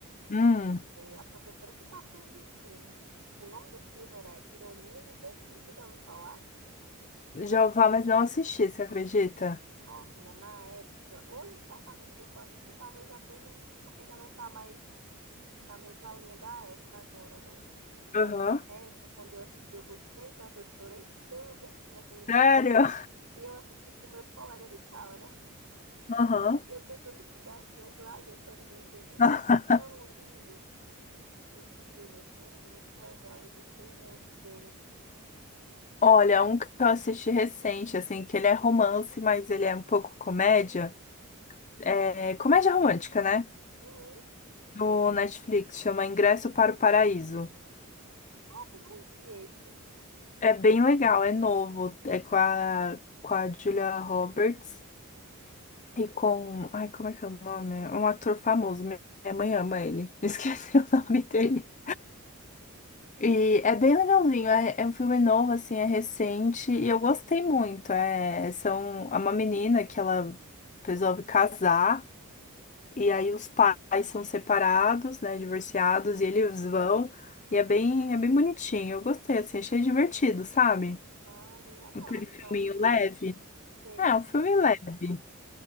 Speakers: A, on the left; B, on the right.
A: hum,
B: a professora que passou esse filme. O nome do filme era Ironias do Destino. Tu já ouviu falar?
A: já ouvi falar, mas não assisti, você acredita?
B: Nossa, menina, na época. Hoje, certamente, se eu for assistir, talvez já esteja, porque já não tá mais na mesma linha da época agora, né?
A: Aham.
B: Mas na época, quando eu assisti, eu gostei tanto, eu chorei tanto assistindo aquele filme.
A: Sério?
B: E eu assisti com meus colegas de sala, né?
A: Aham.
B: E eu tentando enxugar assim as lágrimas para ninguém ver, mas
A: <laughs>
B: é tão lindo. O filme, assim, é muito legal. Eu gostei muito dele.
A: Olha, um que eu assisti recente, assim, que ele é romance, mas ele é um pouco comédia. É comédia romântica, né?
B: Uhum.
A: no Netflix, chama Ingresso para o Paraíso.
B: Nossa, eu não vi esse.
A: É bem legal, é novo, é com a, com a Julia Roberts e com, ai, como é que é o nome? É Um ator famoso, minha minha mãe ama ele, <laughs> esqueci o nome dele. E é bem legalzinho, é, é um filme novo, assim, é recente e eu gostei muito. É, são, é uma menina que ela resolve casar. E aí os pais são separados, né, divorciados, e eles vão. E é bem, é bem bonitinho. Eu gostei, assim, achei divertido, sabe?
B: Ah, bem legal.
A: Aquele filminho
B: Então,
A: leve.
B: sei.
A: É, um filme leve.